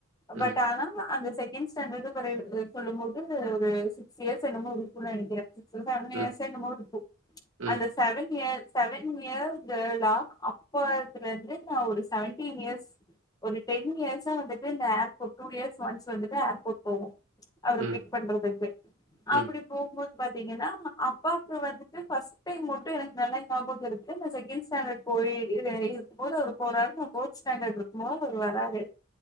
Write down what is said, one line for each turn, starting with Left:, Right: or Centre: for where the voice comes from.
Right: ம்
Left: பட் ஆனா அந்த செ செகண்ட் ஸ்டாண்டர்னு கொண்டுபோய் அ சொல்லும் போது ஒரு சிக்ஸ் இயர்ஸ் என்னமோ இருக்குனு நெனக்கிறே சோ செவன்
Right: ம்
Left: இயர்ஸா என்னமோ இருக்கு
Right: ம்
Left: அந்த செவன் இயர்ஸ் செவன் இயர்ஸ் ஜொல்லலா அப்பத்துல இருந்து நா ஒரு செவன்டீன் இயர்ஸ் ஒரு டென் இயர்ஸா வந்துட்டு இந்த ஏர்போர்ட் டூ இயர்ஸ் ஒன்ஸ் வந்துட்டு ஏர்போர்ட் போவோ அவர
Right: ம்
Left: பிக்
Right: ம்
Left: பண்றதுக்கு
Right: ம்
Left: அப்டி
Right: ம்
Left: போகும்போது பாத்தீங்கனா அப்பாக்கு வந்துட்டு ஃபஸ்ட் டைம் மட்டு எனக்கு நல்லா ஞாபக இருக்கு நா செகண்ட் ஸாண்டர்ட் போயி இதுல இருக்கும் போது அவரு போறாரு நா போச்சு ஸ்டாண்டர்ட் இருக்குபோ அவரு வராரு